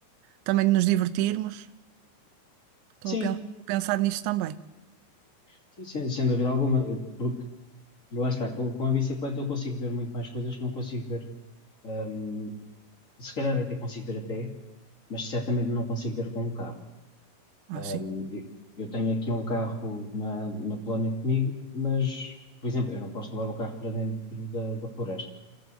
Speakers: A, on the right; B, on the left.
A: também de nos divertirmos. Estou
B: Sim,
A: a pen- a pensar nisso também.
B: sim, sim. Sem, sem dúvida alguma, eh, porque lá está, com, com a bicicleta eu consigo ver muito mais coisas que não consigo ver, hum, se calhar até consigo ver a pé, mas certamente não consigo ver com um carro.
A: Ah,
B: Hum,
A: sim.
B: eu, eu tenho aqui um carro na, na Polónia comigo, mas, por exemplo, eu não posso levar o carro para dentro da, da floresta.